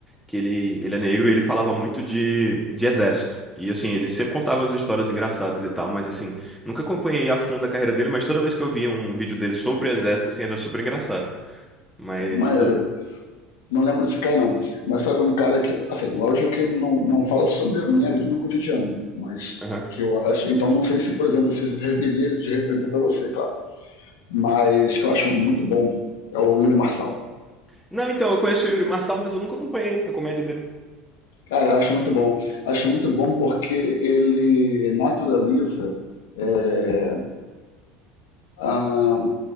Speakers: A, in the centre; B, on the left (about 85°).
A: que ele, ele é negro e ele falava muito de, de exército. E assim, ele sempre contava umas histórias engraçadas e tal, mas assim, nunca acompanhei a fundo a carreira dele, mas toda vez que eu via um vídeo dele sobre o exército, assim, era super engraçado. Mas,
B: não era.
A: pô,
B: Não lembro desse cara, não. Mas sabe um cara que, assim, lógico que ele não, não fala sobre a minha vida no cotidiano, mas
A: aham.
B: que eu acho. Então não sei se, por exemplo, se serviria de referência para você, claro. mas que eu acho muito bom é o Yuri Marçal.
A: Não, então, eu conheço o Yuri Marçal, mas eu nunca acompanhei a comédia dele.
B: Cara, eu acho muito bom. Acho muito bom porque ele naturaliza é, a